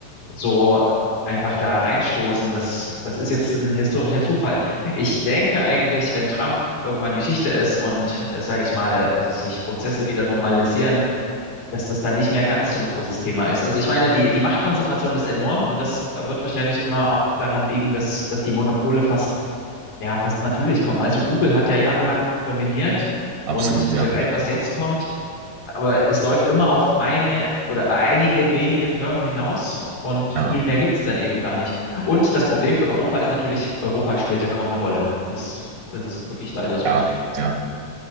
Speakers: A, on the left; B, on the right.
A: so einfach da reinstoßen. Das, das ist jetzt ein historischer Zufall. Ich denke eigentlich, wenn Trump irgendwann Geschichte ist und, äh, sage ich mal, sich Prozesse wieder normalisieren, dass das dann nicht mehr ganz so ein großes Thema ist. Also ich meine, die, die Machtkonzentration ist enorm und das äh, wird wahrscheinlich immer auch daran liegen, dass, dass die Monopole fast, ja, fast natürlich kommen. Also Google hat ja jahrelang dominiert
B: absolut,
A: und
B: ja.
A: wer weiß, was jetzt kommt. Aber es läuft immer auf eine oder einige wenige Firmen hinaus und
B: Ja,
A: viel mehr gibt's dann eben gar nicht. Und das Problem für Europa ist natürlich, Europa spielt da kaum eine Rolle. Das, das ist wirklich leider so.
B: ja, ja.